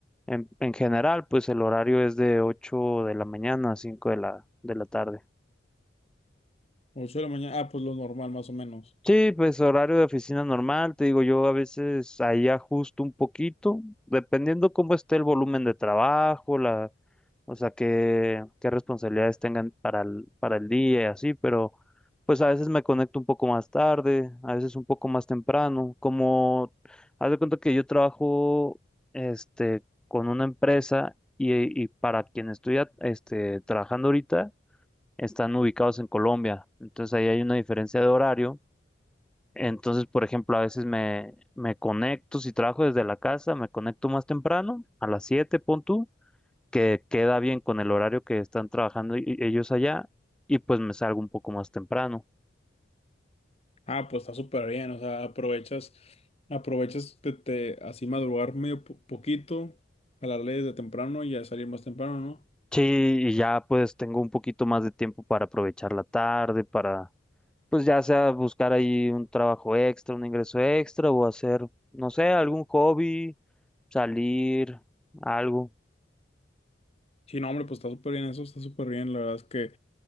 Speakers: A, in the centre; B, on the left (about 35°).
A: en, en general, pues el horario es de 8 de la mañana a 5 de la, de la tarde.
B: Ocho de la mañana. Ah, pues lo normal, más o menos.
A: Sí, pues horario de oficina normal, te digo, yo a veces ahí ajusto un poquito, dependiendo cómo esté el volumen de trabajo, la, o sea, qué, qué responsabilidades tengan para el, para el día y así, pero pues a veces me conecto un poco más tarde, a veces un poco más temprano, como, haz de cuenta que yo trabajo, este, con una empresa y, y para quien estoy, a- este, trabajando ahorita, están ubicados en Colombia, entonces ahí hay una diferencia de horario entonces, por ejemplo, a veces me, me conecto, si trabajo desde la casa, me conecto más temprano, a las 7 pon tú, que queda bien con el horario que están trabajando y- ellos allá, y pues me salgo un poco más temprano.
B: Ah, pues está súper bien. O sea, aprovechas, aprovechas de, te- así madrugar medio po- poquito, jalarle desde temprano y ya salir más temprano, ¿no?
A: Sí, y ya pues tengo un poquito más de tiempo para aprovechar la tarde, para pues ya sea buscar ahí un trabajo extra, un ingreso extra, o hacer, no sé, algún hobby, salir, algo.
B: Sí, no, hombre, pues está súper bien eso, está súper bien. La verdad es que,